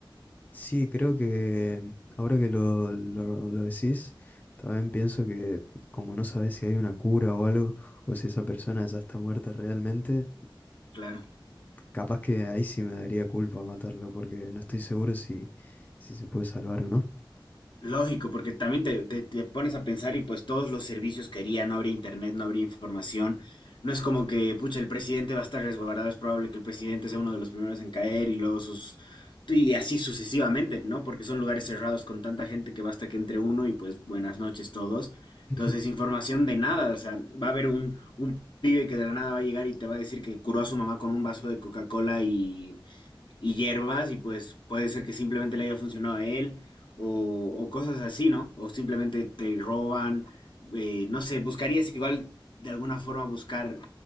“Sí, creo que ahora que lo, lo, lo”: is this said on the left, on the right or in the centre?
Left